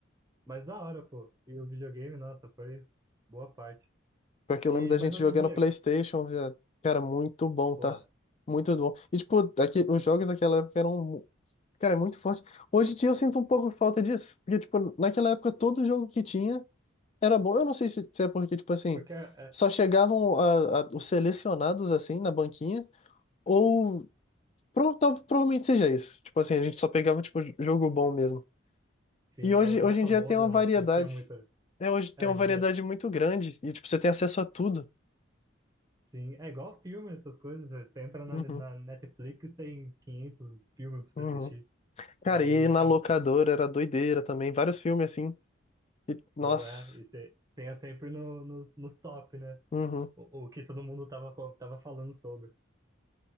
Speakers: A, on the right; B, on the left.
A: mas da hora, pô. E o videogame, nossa, foi boa parte.
B: Pior que eu
A: E,
B: lembro da
A: mas
B: gente
A: hoje
B: jogando
A: em dia,
B: PlayStation, viado. Cara, muito bom, tá?
A: pô,
B: Muito bom. E, tipo, daqui, os jogos daquela época eram, mu- cara, muito forte. Hoje em dia eu sinto um pouco falta disso. Porque, tipo, naquela época todo jogo que tinha era bom. Eu não sei se, se é porque, tipo assim,
A: porque é,
B: só chegavam a- a- os selecionados, assim, na banquinha. Ou pro- tal- provavelmente seja isso. Tipo assim, a gente só pegava, tipo, jogo bom mesmo.
A: Sim,
B: E hoje,
A: é os mais
B: hoje
A: famosos,
B: em dia tem uma variedade.
A: não, não tinha muita.
B: É, hoje tem
A: É, hoje
B: uma variedade
A: em dia,
B: muito grande. E, tipo, você tem acesso a tudo.
A: sim, é igual filme, essas coisas. Você entra na,
B: Uhum.
A: na Netflix, tem 500 filmes
B: Uhum.
A: pra você assistir.
B: Cara,
A: Aí,
B: e
A: aquela,
B: na locadora era doideira também, vários filmes assim. E, nossa.
A: pô, é, e você tem sempre no, no, no top, né?
B: Uhum.
A: O, o que todo mundo tava, co- tava falando sobre.